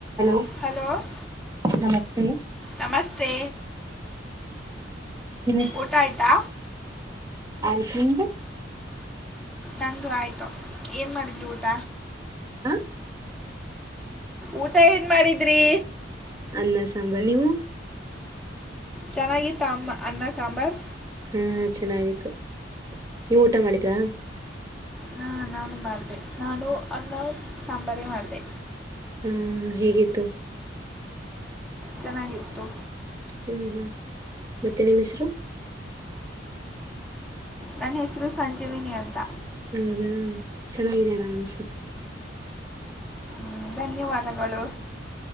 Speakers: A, on the right; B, in the centre.
A: Hello!
B: Hello... !
A: ನಮಸ್ತೆ
B: ನಮಸ್ತೆ...
A: ನಿಮ್ಮ್
B: ಊಟ ಆಯ್ತಾ?
A: ಆಯ್ತ್... ನಿಂದು?
B: ನಂದು ಆಯ್ತು. ಏನ್ ಮಾಡಿದ್ರಿ ಊಟ?
A: ಹಾ?
B: ಊಟ ಏನ್ ಮಾಡಿದ್ರಿ?
A: ಅನ್ನ, ಸಾಂಬರ್.. ನೀವು?
B: ಚೆನ್ನಾಗಿ ತಗೊಂಬಾ ಅನ್ನ ಸಾಂಬಾರ್.
A: ಹ್ಮ್ ಚೆನ್ನಾಗಿತ್ತು ನೀವು ಊಟ ಮಾಡಿದ್ರಾ
B: ಹಾ ನಾನು ಮಾಡಿದೆ ನಾನು ಅನ್ನ ಸಾಂಬಾರೆ ಮಾಡಿದೆ
A: ಹ್ಮ್ ಹೇಗಿತ್ತು
B: ಚೆನ್ನಾಗಿತ್ತು
A: ಹ್ಞೂ ಹ್ಞೂ ಮತ್ತ ನಿಮ್ ಹೆಸ್ರು
B: ನನ್ನ ಹೆಸರು ಸಂಜೀವಿನಿ ಅಂತ
A: ಹ್ಮ್ ಹ್ಮ್ ಚೆನ್ನಾಗಿದ್ಯಲ್ಲಾ ನಿಮ್ ಸ್ವ
B: ಹ್ಮ ಧನ್ಯವಾದಗಳು